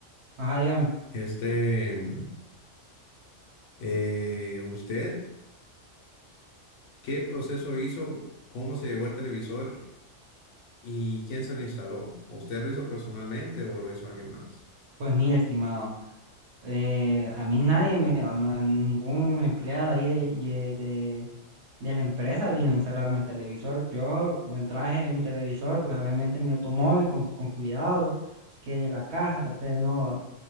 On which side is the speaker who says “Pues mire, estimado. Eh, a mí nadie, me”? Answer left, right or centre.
Right